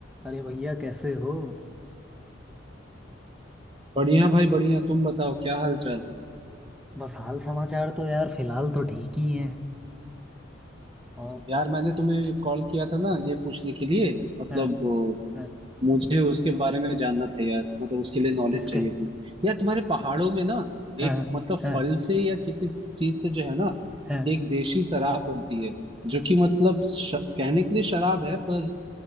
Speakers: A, in the centre; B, on the right (about 25°).
A: अरे भैया कैसे हो
B: बढ़िया भाई बढ़िया तुम बताओ क्या हाल चाल
A: बस हाल समाचार तो यार फिलहाल तो ठीक ही है और
B: यार मैंने तुम्हें कॉल किया था ना ये पूछने के लिए मतलब
A: हाँ
B: वो,
A: हाँ
B: मुझे उसके बारे में जानना था यार मतलब उसके लिए नॉलेज
A: किसके
B: चाहिए थी यार तुम्हारे पहाड़ों में ना
A: हाँ
B: एक मतलब
A: हाँ
B: फल से या किसी चीज से जो है ना
A: हाँ
B: एक देशी शराब बनती है जो कि मतलब श, कहने के लिए शराब है पर